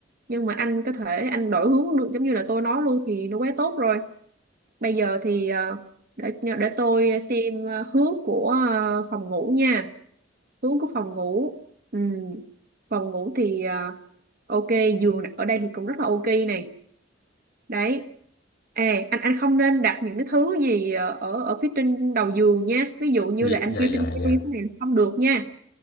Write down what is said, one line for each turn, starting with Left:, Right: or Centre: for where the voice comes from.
Right: nhưng mà anh có thể anh đổi hướng được giống như là tôi nói luôn thì nó quá tốt rồi Bây giờ thì ờ, để để tôi xem ờ, hướng của ờ, phòng ngủ nha. Hướng của phòng ngủ. Ừm, Phòng ngủ thì ờ, ok, giường ở đây thì cũng rất là ok này đấy à anh anh không nên đặt những cái thứ gì ờ, ở ở phía trên đầu giường nha ví dụ như
Left: Dạ
Right: là anh
Left: dạ
Right: kêu
Left: dạ.
Right: trên keo
Left: dạ.
Right: như thế này là không được nha